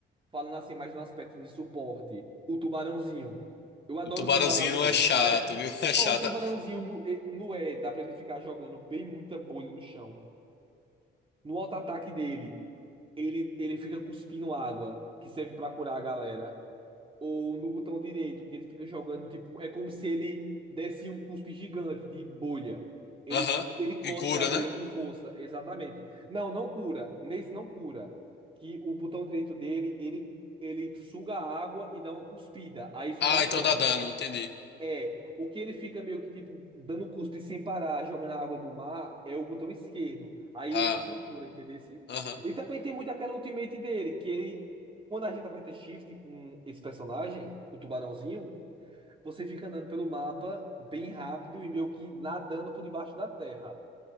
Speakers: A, on the right; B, on the left.
A: Falando assim mais no aspecto de suporte, o tubarãozinho. Eu adoro
B: O tubarãozinho
A: o tubarãozinho.
B: é chato,
A: É.
B: viu? <laughs> É chata.
A: Ó, o tubarãozinho no E, no E dá pra ele ficar jogando bem muita bolha no chão. No auto-ataque dele, ele, ele fica cuspindo água, que serve pra curar a galera ou no botão direito, que ele fica jogando, tipo, é como se ele desse um cuspe gigante de bolha. Ele,
B: Aham.
A: ele
B: E
A: cospe
B: cura,
A: a bolha
B: né?
A: com força, exatamente. Não, não cura. Nesse não cura. Que o botão direito dele, ele, ele suga a água e dá uma cuspida. Aí isso
B: Ah,
A: dá
B: então
A: dano.
B: dá dano, entendi.
A: É, o que ele fica meio que tipo dando cuspe sem parar, jogando a água do mar, é o botão esquerdo. Aí
B: Ah,
A: esse sim cura, entendeu? sim?
B: aham.
A: E também tem muito aquela ultimate dele, que ele, quando a gente aperta shift com esse personagem, o tubarãozinho, você fica andando pelo mapa bem rápido e meio que nadando por debaixo da terra.